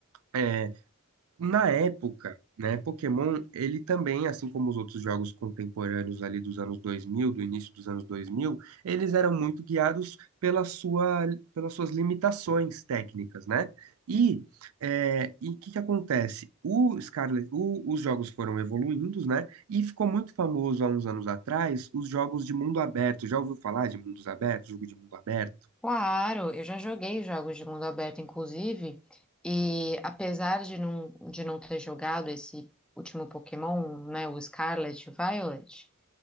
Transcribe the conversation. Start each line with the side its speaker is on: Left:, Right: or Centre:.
Right: É, na época, né, Pokémon, ele também, assim como os outros jogos contemporâneos ali dos anos 2000, do início dos anos 2000, eles eram muito guiados pela sua, pelas suas limitações técnicas, né? E é, e o que que acontece? O Scarlet, o- os jogos foram evoluindo, né? E ficou muito famoso há uns anos atrás os jogos de mundo aberto. Já ouviu falar de mundos abertos, jogo de mundo aberto?
Centre: Claro, eu já joguei jogos de mundo aberto, inclusive, e apesar de não, de não ter jogado esse último Pokémon, né, o Scarlet e o Violet,